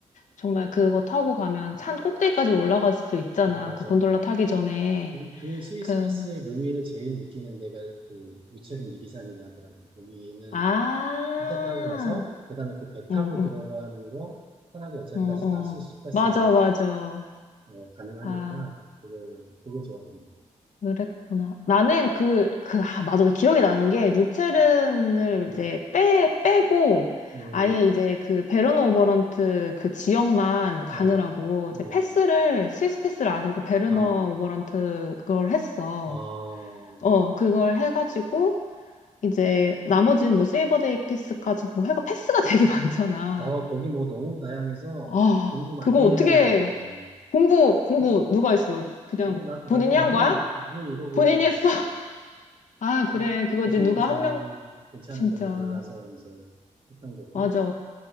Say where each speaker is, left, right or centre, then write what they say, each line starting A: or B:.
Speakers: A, on the left (about 70°); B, on the right (about 40°).
A: 정말 그거 타고 가면
B: 음,
A: 산 꼭대기까지 올라갈 수 있잖아.
B: 어, 맞아.
A: 그 곤돌라 타기 전에.
B: 그, 그 스위스
A: 그
B: 패스의 묘미를 제일 느끼는 데가 그 무체린 리기산이라 하더라고. 거기는
A: 아,
B: 기차 타고 가서 그다음에 그 배 타고
A: 응, 응,
B: 들어가는 거 산악, 도 열차까지
A: 어, 어.
B: 다 스위스 패스로
A: 맞아, 맞아.
B: 어, 가능하니까
A: 아,
B: 그거 그거 좋았던
A: 그랬구나. 나는 그, 그, 아, 맞아. 기억이 나는 게, 루체른을
B: 거. 음,
A: 이제 빼, 빼고,
B: 음,
A: 아예 이제 그 베르너 오버런트 그 지역만 가느라고,
B: 어,
A: 이제
B: 어,
A: 패스를, 스위스 패스를 안 하고 베르너
B: 어,
A: 오버런트 그걸 했어.
B: 어,
A: 어, 그걸 해가지고, 이제 나머지는 뭐 세이버데이 패스까지 뭐 해가 패스가 되게 <laughs> 많잖아.
B: 어, 거기 뭐 너무 다양해서
A: 아,
B: 공부 많이
A: 그거 어떻게,
B: 해야 되겠더라고.
A: 공부, 공부 누가 했어? 그냥
B: 어, 나
A: 본인이
B: 나도 많이
A: 한 거야?
B: 많이 읽어보고
A: 본인이
B: 갔지.
A: 했어. <laughs> 아, 그래.
B: 그,
A: 그거지.
B: 그중에
A: 누가
B: 제일
A: 한 명,
B: 괜찮은
A: 진짜.
B: 걸로 골라서 이제 했던 거고.
A: 맞아.